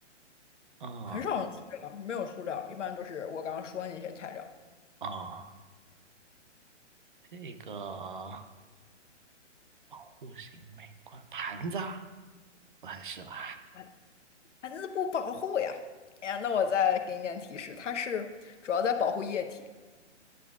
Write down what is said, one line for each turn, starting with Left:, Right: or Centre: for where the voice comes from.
Right: 啊
Left: 很少用塑料，没有塑料，一般都是我刚刚说的那些材料。
Right: 啊，这个户型美观盘子啊，不还是吧？
Left: 哎，啊那不保护呀！哎呀，那我再给你点提示，它是主要在保护液体，